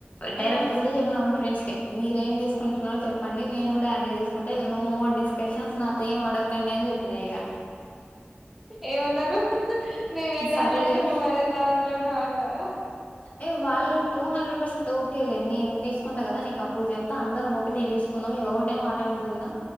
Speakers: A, on the left (about 40°); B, in the centre.
A: డైరెక్ట్
B: ఆ
A: ఒకటె చెప్పినా మా ఫెండ్స్ కి మీరేం తీసుకు కుంటున్నా చెప్పండి నేను కూడా అదే తీసుకుంటే ఇక నో మోర్ డిస్ క్యూస్షన్ నాతో ఏం అడగకండి అని చెప్పినయిక
B: ఏమన్నారు మేము ఏ దారిలో
A: సరేలే
B: వెళ్తే నువ్వు అదే దారీలో రా అన్నారు
A: ఏ వాళ్ళు టూ హండ్రెడ్ పర్సెంట్ ఓకేలేదు నేను తీసుకుంటా కదా నీకుప్పుడు చెప్తా అందరం ఒకటె తీసుకుందాం ఇక ఒకటే మాట ఉందాం